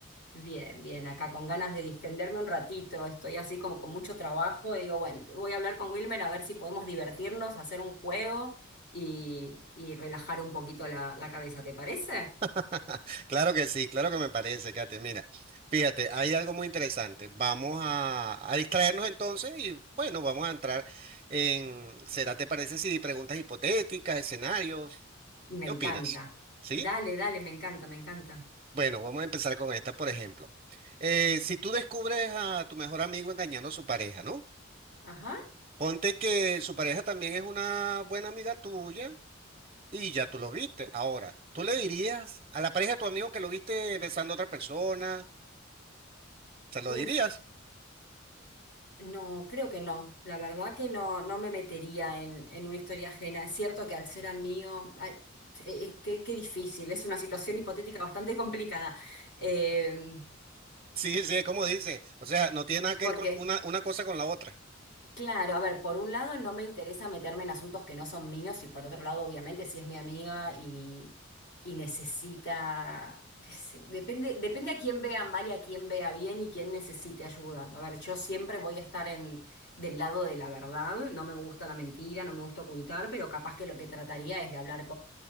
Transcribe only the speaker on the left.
Bien, bien, acá con ganas de distenderme un ratito, estoy así como con mucho trabajo y digo, bueno, voy a hablar con Wilmer a ver si podemos divertirnos, hacer un juego y, y relajar un poquito la, la cabeza, ¿te parece?
Me
encanta.
Dale, dale, me encanta, me encanta.
Ajá.
Uf.
No, creo que no. La verdad que no, no me metería en, en una historia ajena. Es cierto que al ser amigo, ay, eh, qué, qué difícil. Es una situación hipotética bastante complicada. Eh,
¿por
qué?
Claro, a ver, por un lado no me interesa meterme en asuntos que no son míos y por otro lado, obviamente, si es mi amiga y, y necesita, qué sé, depende, depende a quién vea mal y a quién vea bien y quién necesite ayuda. A ver, yo siempre voy a estar en, del lado de la verdad, no me gusta la mentira, no me gusta ocultar, pero capaz que lo que trataría es de hablar